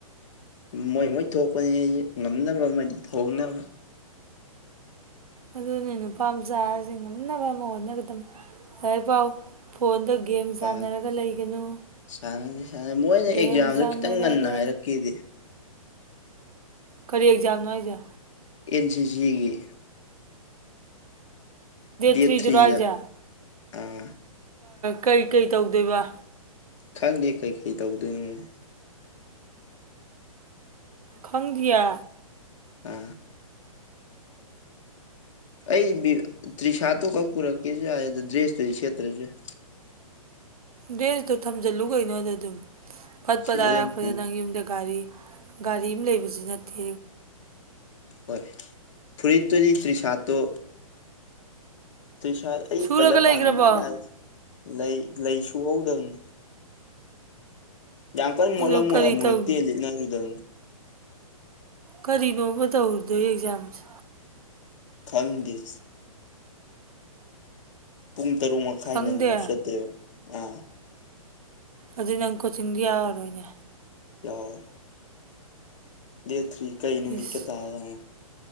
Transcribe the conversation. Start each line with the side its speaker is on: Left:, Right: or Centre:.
Left: ꯃꯣꯏ ꯃꯣꯏ ꯊꯣꯛꯄꯅꯤ ꯑꯩ ꯉꯝꯅꯕ ꯑꯃꯗꯤ ꯊꯣꯡꯅꯕ
Right: ꯑꯗꯨꯅꯤ ꯅꯨꯄꯥ ꯃꯆꯥꯁꯤ ꯉꯝꯅꯕ ꯑꯃ ꯍꯣꯠꯟꯅꯒꯗꯝ ꯂꯥꯢꯔꯤꯛ ꯄꯥꯎ ꯐꯣꯟꯗ ꯒꯦꯝ
Left: ꯄꯥꯏ
Right: ꯁꯥꯟꯅꯔꯒ ꯂꯩꯒꯅꯨ
Left: ꯁꯥꯟꯅꯁꯤ ꯁꯥꯟꯅ ꯃꯣꯏꯅ ꯑꯦꯛꯖꯥꯝꯗꯣ
Right: ꯒꯦꯝ ꯁꯥꯟꯅꯔꯒ
Left: ꯈꯤꯇꯪ ꯉꯟꯅ ꯍꯥꯏꯔꯛꯀꯦꯗꯦ
Right: ꯀꯔꯤ ꯑꯦꯛꯖꯥꯝꯅꯣ ꯍꯥꯏꯁꯦ
Left: ꯑꯦꯟ ꯁꯤ ꯁꯤꯒꯤ ꯗꯦꯠ
Right: ꯊ꯭ꯔꯤꯗꯨꯔꯣ
Left: ꯊ꯭ꯔꯤꯗ
Right: ꯍꯥꯏꯁꯦ
Left: ꯑꯥ
Right: ꯀꯩ ꯀꯩ ꯇꯧꯗꯣꯏꯕ
Left: ꯈꯪꯗꯦ ꯀꯩꯀꯩ ꯇꯧꯗꯣꯏꯅꯣ
Right: ꯈꯪꯗꯦꯌꯦ
Left: ꯎꯝ ꯑꯩ ꯇ꯭ꯔꯤꯁꯥꯠꯇꯨ ꯈꯛ ꯄꯨꯔꯛꯀꯦꯁꯦ ꯌꯥꯏ ꯑꯗ ꯗ꯭ꯔꯦꯁꯇꯨꯗꯤ ꯁꯦꯠꯇ꯭ꯔꯁꯨ ꯌꯥꯢ
Right: ꯗ꯭ꯔꯦꯁꯇꯣ ꯊꯝꯖꯤꯜꯂꯨ ꯀꯩꯅꯣ ꯑꯗꯨꯗ ꯑꯗꯨꯝ ꯐꯠꯄ
Left: ꯁꯤꯗ
Right: ꯇꯥꯔꯛꯄꯗ
Left: ꯑꯗꯨꯝ ꯄꯨ
Right: ꯅꯪ ꯌꯨꯝꯗ ꯒꯥꯔꯤ ꯒꯥꯔꯤ ꯑꯃ ꯂꯩꯕꯁꯨ ꯅꯠꯇꯦ
Left: ꯍꯣꯏ ꯐꯨꯔꯤꯠ ꯇꯨꯗꯤ ꯇ꯭ꯔꯤꯁꯥꯠꯇꯨ ꯇ꯭ꯔꯤꯁꯥꯠ ꯑꯩꯒꯤ
Right: ꯁꯨꯔꯒ
Left: ꯀꯂꯔ
Right: ꯂꯩꯈ꯭ꯔꯕꯣ
Left: ꯄꯥꯟꯕ ꯌꯥꯔ ꯂꯩ ꯂꯩ ꯁꯨ ꯍꯧꯗꯕꯤ ꯌꯥꯝ ꯀꯟ ꯃꯣꯠꯂꯝ
Right: ꯑꯗꯨ ꯀꯔꯤ
Left: ꯔꯣꯢ ꯑꯃꯨꯔꯛꯇꯩ
Right: ꯇꯧ
Left: ꯍꯦꯟꯅ ꯂꯤꯠꯅꯒꯤꯗꯥꯝꯅꯤ
Right: ꯀꯔꯤꯅꯣꯕ ꯇꯧꯔꯨꯗꯣꯏ ꯑꯦꯛꯖꯥꯝꯁꯦ
Left: ꯈꯪꯗꯦ ꯁꯦ ꯄꯨꯡ ꯇꯔꯨꯛ ꯃꯈꯥꯏ
Right: ꯈꯪꯗꯦ
Left: ꯅꯪꯅꯕ ꯆꯠꯇꯣꯢꯅꯦ ꯑꯥ
Right: ꯑꯗꯨꯗꯤ ꯅꯪ ꯀꯣꯆꯤꯡꯗꯤ ꯌꯥꯎꯔꯔꯣꯏꯅꯦ
Left: ꯌꯥꯎꯔꯔꯣꯢ ꯗꯦꯠ ꯊ꯭ꯔꯤ ꯀꯩ ꯅꯨꯃꯤꯠꯀ
Right: ꯏꯁ
Left: ꯇꯥꯖꯠꯅꯣ